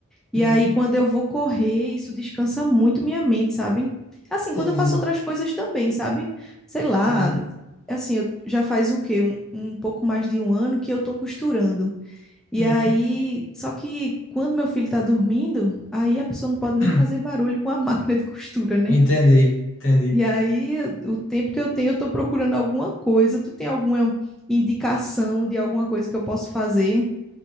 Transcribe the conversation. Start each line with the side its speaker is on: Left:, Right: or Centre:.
Centre: E
Left: Uhum,
Centre: aí, quando eu vou correr, isso descansa muito minha mente, sabe? Assim,
Left: entendi,
Centre: quando eu faço outras coisas também, sabe? Sei lá,
Left: entendi.
Centre: assim, eu já faz o quê? Um, um pouco mais de um ano que eu tô costurando. E
Left: Uhum.
Centre: aí, só que quando meu filho tá dormindo, aí a pessoa não pode
Left: <clears throat>
Centre: nem fazer barulho com a <laughs> máquina de costura, né?
Left: Entendi, entendi.
Centre: E aí, o tempo que eu tenho, eu tô procurando alguma coisa. Tu tem alguma indicação de alguma coisa que eu posso fazer